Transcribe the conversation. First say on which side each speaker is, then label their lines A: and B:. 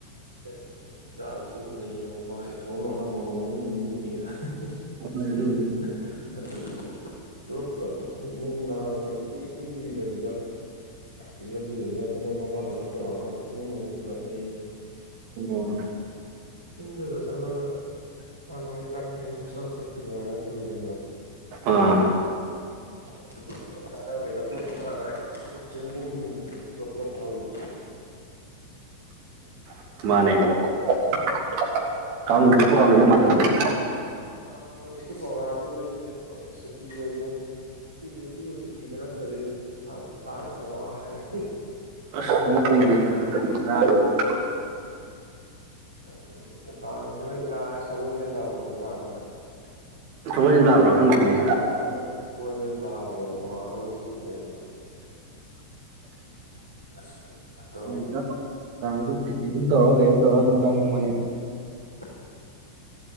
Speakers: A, on the right (about 75°); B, on the right (about 45°).
A: ꯑꯦ ꯁꯪꯒꯣꯝ ꯆꯥꯁꯤ ꯃꯨꯟꯅ ꯌꯦꯡꯉꯨꯀꯣ ꯑꯩ ꯊꯣꯛꯍꯂꯨꯔꯒ ꯃꯔꯣꯛ ꯃꯔꯨ ꯃꯣꯏꯃꯨꯗꯦꯅ <unintelligible>
B: ꯍꯣꯏ ꯑꯗꯨꯕꯨꯗꯤ
A: ꯄꯨꯞ ꯄꯨꯞ ꯏꯃꯨꯡ ꯅꯍꯈꯣꯏꯏ ꯏꯨꯏ ꯀꯨꯏꯈꯤꯗꯕꯤꯗ ꯀꯦꯖꯨꯋꯂꯤꯇꯤꯗꯨꯗꯤ ꯇ ꯃꯣꯏ ꯃꯉꯥ ꯇꯔꯨꯛ ꯇꯧꯔꯒ ꯏꯃꯨꯡ ꯃꯅꯨꯡ ꯃꯂꯕꯅꯤ
B: ꯑꯣ
A: ꯆꯤꯡꯗꯗ ꯆꯠꯂꯒ ꯃꯥ ꯃꯥꯒꯤ ꯅꯥꯄ ꯑꯗꯨꯝ ꯁꯠꯂ ꯆꯠ ꯊꯤꯟꯅꯔꯒ ꯇꯧꯋꯤꯗꯅꯣ
B: ꯑꯥ
A: ꯄꯨꯂꯞ ꯆꯒꯦ ꯄꯨꯞ꯭ꯂꯞ
B: ꯃꯥꯅꯦ
A: ꯑꯗꯨꯗꯤ
B: ꯑꯇ
A: ꯀꯩꯝ ꯇꯧ
B: ꯍ ꯇ
A: ꯀ ꯅꯨꯃꯤꯠꯀꯤ ꯄ꯭ꯔꯣꯒ꯭ꯔꯥꯝꯗꯤ ꯂꯩꯇꯦ ꯑꯗꯣ ꯁꯨꯇꯤ ꯑꯣꯏꯗꯣꯏꯅꯤ ꯅꯨꯡꯇꯤ ꯍꯧꯖꯤꯛꯇꯤꯕꯨ ꯁꯨꯇꯤ ꯀ ꯅꯠꯇꯗꯦꯅꯦ ꯄꯩꯁꯥꯁꯨ ꯇꯥꯡꯅꯦ ꯌꯥꯝ ꯋꯥꯔꯦꯅꯦ
B: <unintelligible>
A: ꯀꯩꯅꯣꯗ ꯀꯥꯡꯁꯤꯅ ꯏꯔꯥ ꯁꯒꯣꯜꯁꯦꯟ ꯇꯥꯔꯝꯒꯅꯤ ꯀꯥꯡ ꯑꯅ
B: ꯇꯧꯒꯦ ꯊꯕꯛ ꯆꯤꯟ ꯇꯥꯕ꯭ꯔꯥ ꯈꯪꯗꯦꯅꯦ
A: ꯑꯣ ꯍꯟꯗꯛ ꯁꯒꯣꯜꯁꯦꯜ ꯇꯥꯕꯅꯦꯕ ꯅꯣꯡꯉꯥꯜꯂꯧꯕꯏ ꯁꯨꯇꯤ ꯂꯩꯕ꯭ꯔ ꯑꯗꯣ ꯑꯁ ꯈꯪꯗꯦꯗ ꯇꯧꯔꯤꯁꯦ
B: ꯎꯝ ꯆꯥꯡꯁꯨ ꯈꯦꯇꯤ ꯑꯃ ꯇꯧꯔ ꯀꯔꯤꯝ ꯇꯧꯔꯒ ꯁꯨꯝ ꯇꯥꯅꯤꯡꯕꯅꯦ
A: ꯎꯝ